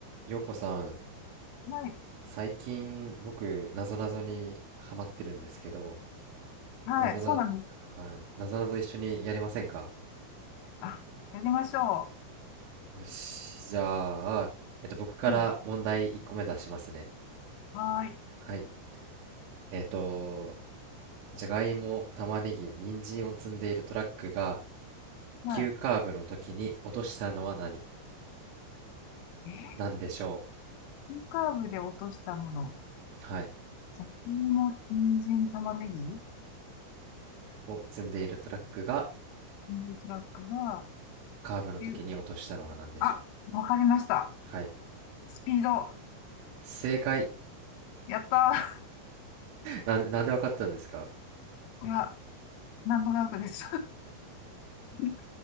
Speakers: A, on the right; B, on the left.
A: ようこさん、
B: はい、
A: 最近僕、なぞなぞにハマってるんですけど、
B: はい、
A: なぞな、
B: そうなんです。
A: はい、なぞなぞ一緒にやりませんか
B: あ、やりましょ
A: よし、じゃあ、えっと、僕から問題1個目出しますね。
B: う。はい、はい、
A: はい。えっと、じゃがいも、玉ねぎ、人参を積んでいるトラックが、
B: は
A: 急カーブの時に落としたのは何
B: い。え
A: なんでしょ
B: ー、イカーブで落としたもの。
A: うはい。
B: じゃがいも、人参、玉ねぎ、
A: を積んでいるトラックが、
B: 人参トラックが、
A: カーブの時に落としたのは何でしょう
B: ゆあ、わかりました。
A: はい。
B: スピード。
A: 正解。
B: やった
A: なん、なんでわかったんですか
B: ー。<laughs> いや、なんとなくです。<laughs>